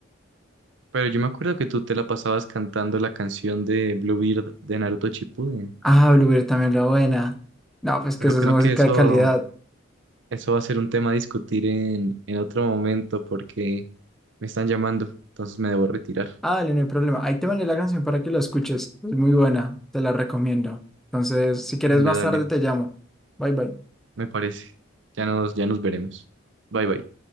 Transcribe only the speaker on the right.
pero yo me acuerdo que tú te la pasabas cantando la canción de Bluebeard de Naruto Shippuden.
Pero
creo
que eso,
eso va a ser un tema a discutir en, en otro momento porque me están llamando, entonces me debo retirar.
Dale,
dale,
me parece. Ya nos, ya nos veremos. Bye, bye.